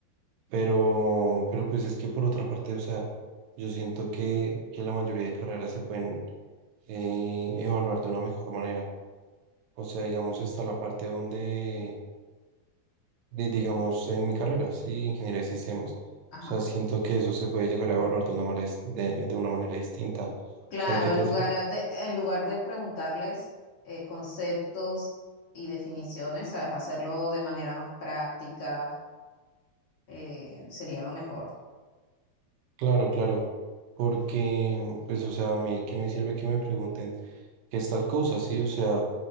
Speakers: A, on the right; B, on the left.
A: pero, pero pues es que por otra parte, o sea, yo siento que, que la mayoría de carreras se pueden eh, evaluar de una mejor manera. O sea, digamos, está la parte donde, de- digamos, en mi carrera, sí, ingeniería de sistemas.
B: Ajá.
A: O sea, siento que eso se puede llegar a evaluar de una manera, dis- de, de una manera distinta. O
B: Claro,
A: sea, ¿qué te,
B: en lugar a- de, en lugar de preguntarles eh, conceptos y definiciones, ¿sabes? Hacerlo de manera más práctica eh, sería lo mejor.
A: Claro, claro, porque, pues, o sea, a mí, ¿qué me sirve que me pregunten qué es tal cosa? Sí, o sea,